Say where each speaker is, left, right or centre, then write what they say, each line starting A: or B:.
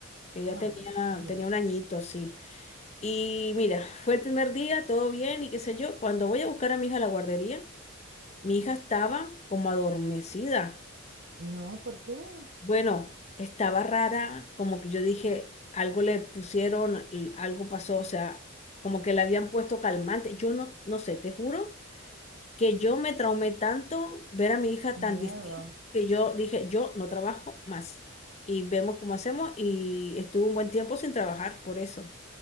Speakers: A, on the left; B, on the right.
A: que ya
B: No,
A: tenía,
B: no,
A: tenía un añito, sí. Y mira, <laughs> fue el primer día, todo bien y qué sé yo. Cuando voy a buscar a mi hija a la guardería, mi hija estaba como adormecida.
B: No, ¿por qué?
A: Bueno, estaba rara, como que yo dije, algo le pusieron, l- algo pasó, o sea, como que le habían puesto calmante. Yo no, no sé, te juro que yo me traumé tanto ver a mi hija
B: Qué
A: tan
B: miedo.
A: distinta que yo dije, yo no trabajo más. Y vemos cómo hacemos y estuve un buen tiempo sin trabajar por eso.